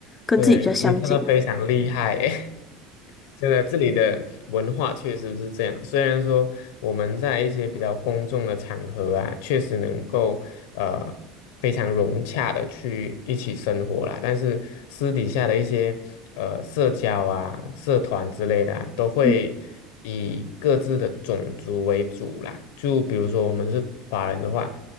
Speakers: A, on the left; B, on the left.
A: 跟自己比较相近。
B: 对你真的非常厉害耶！<laughs> 真的，这里的文化确实是这样。虽然说我们在一些比较公众的场合啊，确实能够呃非常融洽的去一起生活啦，但是私底下的一些呃社交啊、社团之类的啊都会以各自的种族为主啦。
A: 嗯，
B: 就比如说我们是华人的话，